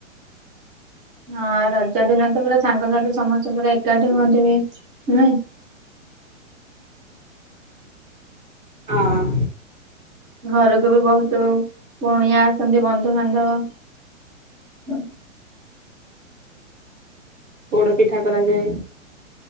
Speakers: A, on the right; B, on the right.
A: ହଁ ରଜ ଦିନ ତ ପୁରା ସାଙ୍ଗସାଥି ସମସ୍ତେ ପୁରା ଏକାଠି ହଉଥିବେ ନେଇ
B: ହଁ
A: ଘରକୁ ବି ବହୁତ କୁଣିଆ ଆସନ୍ତି ବନ୍ଧୁବାନ୍ଧବ ହଁ
B: ପୋଡ ପିଠା କରାଯାଏ।